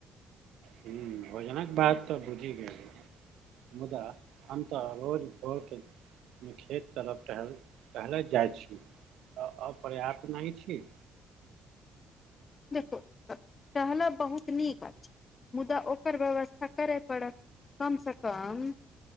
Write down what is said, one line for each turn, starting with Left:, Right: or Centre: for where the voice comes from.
Right: हुं भोजनक बात तऽ बुझि गेलौ मुदा हम तऽ रोज भोरके खेत तरफ टहल टहलै जाइ छी तऽ अपर्याप्त नहि छी।
Left: देखू टहलब बहुत नीक आछि मुदा ओकर व्यवस्था करय पड़त कम सऽ कम